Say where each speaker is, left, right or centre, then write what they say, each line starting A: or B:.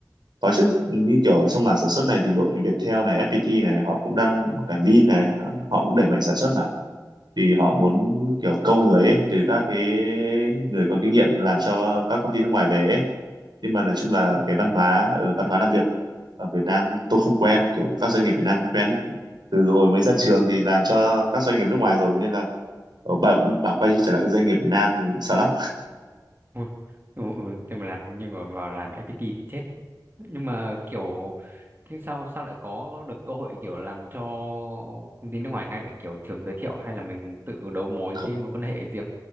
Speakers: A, on the right; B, on the right.
A: có chứ như kiểu trong mảng sản xuất này thì đội Viettel này FPT này họ cũng đang cả Vin này đó, họ cũng đẩy mạnh sản xuất mà thì họ muốn kiểu câu người ấy, từ các cái người có kinh nghiệm làm cho các công ty nước ngoài về ấy. nhưng mà nói chung là
B: ừ,
A: cái văn hóa ở văn hóa làm việc ở Việt Nam tôi không quen kiểu các doanh nghiệp Việt Nam không quen ấy. từ hồi mới ra trường
B: ừ,
A: thì làm cho các doanh nghiệp nước ngoài rồi nên là bảo, bảo quay trở lại các doanh nghiệp Việt Nam sợ lắm
B: ừ, ừ, ừ. thế mà làm nhưng mà vào làm FPT thì chết nhưng mà kiểu thế sao sao lại có được cơ hội kiểu làm cho công ty nước ngoài ngay vậy kiểu trường giới thiệu hay là mình tự đấu mối
A: <laughs>
B: cái mối quan hệ riêng